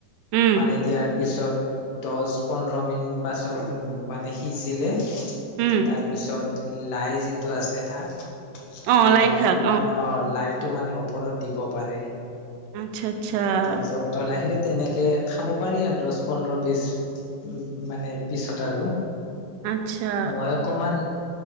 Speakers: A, on the right; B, on the left.
A: উম
B: পানী দিয়াৰ পিছত দহ পোন্ধৰ মিনিট পাছত মানে সিজিলে।
A: উম
B: তাৰপিছত লাই যিটো আছে শাক।
A: অ লাই
B: লাইটো
A: শাক
B: মানে অ' লাইটো মানে ওপৰত দিব পাৰে।
A: আচ্ছা আচ্ছা
B: লাই দিলতে উতল আহিলে তেনেকে খাব পাৰি আৰু দহ পোন্ধৰ বিশ উম, মানে পিছত আৰু।
A: আচ্ছা।
B: মই অকমান